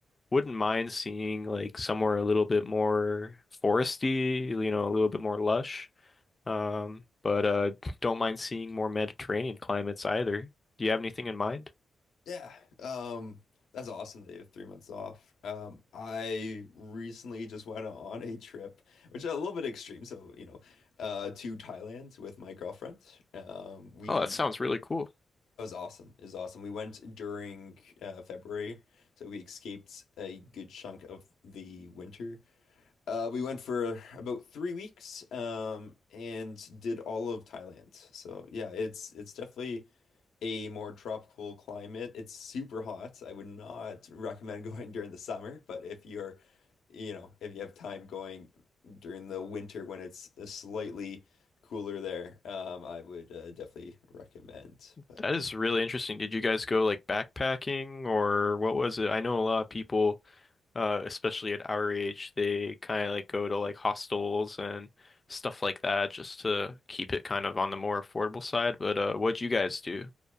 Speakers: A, on the left (about 20°); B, on the left (about 85°).
A: wouldn't mind seeing like somewhere a little bit more foresty, you know, a little bit more lush. Um, but uh, don't mind seeing more Mediterranean climates either. Do you have anything in mind?
B: Yeah, um, that's awesome that you have three months off. Um, I recently just went on a trip, which is a little bit extreme, so you know, uh, to Thailand with my girlfriend. Um, we
A: Oh, that sounds really cool.
B: it was awesome. It was awesome. We went during uh, February, so we escaped a good chunk of the winter uh, we went for about three weeks, um, and did all of Thailand. So yeah, it's it's definitely a more tropical climate. It's super hot. I would not recommend <laughs> going during the summer, but if you're, you know, if you have time going during the winter when it's slightly cooler there, um, I would uh, definitely recommend. But
A: That is really interesting. Did you guys go like backpacking or what was it? I know a lot of people, uh, especially at our age, they kind of like go to like hostels and stuff like that just to keep it kind of on the more affordable side. But uh, what'd you guys do?